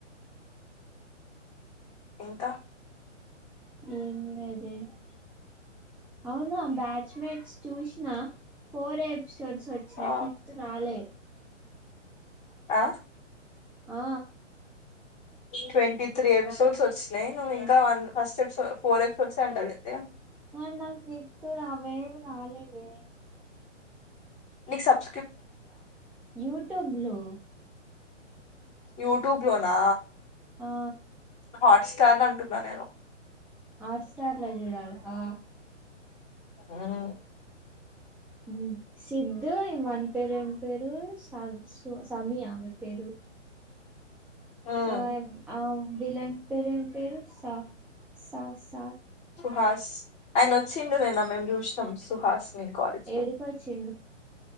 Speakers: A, on the left; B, in the centre.
A: ఇంకా
B: ఏం లేదే అవునే ఆ బ్యాచ్ మేట్స్ చూసిన ఫోర్ ఎపిసోడ్స్ వచ్చినాయి
A: ఆ
B: ఫిఫ్త్ రాలే
A: ఆ
B: ఆ
A: ట్వంటీ త్రీ ఎపిసోడ్స్ వచ్చినాయి నువ్వు ఇంకా one first episode four episodes వచ్చాయి అంటావు ఎందే
B: మరి నాకు పిఫ్త్ అవేవి రాలేదే
A: నీకు సబ్
B: యూట్యూబ్ లో
A: యూట్యూబ్ లోనా
B: ఆ
A: హాట్ స్టార్ అంటున్నా నేను
B: హాట్ స్టార్ లో చూడాలా
A: ఆహా
B: ఉమ్ సిద్దు మన పేరు ఏం పేరు స స సమీయా ఆమె పేరు
A: మ్మ్
B: ఆ ఆ విలన్ పేరు ఏం పేరు స స స
A: సుహాస్ ఆయన వచ్చిండు నేన్నా మేము చూసినాం సుహాస్ ని కాలేజ్
B: ఏడికి
A: లో
B: కొచ్చిండు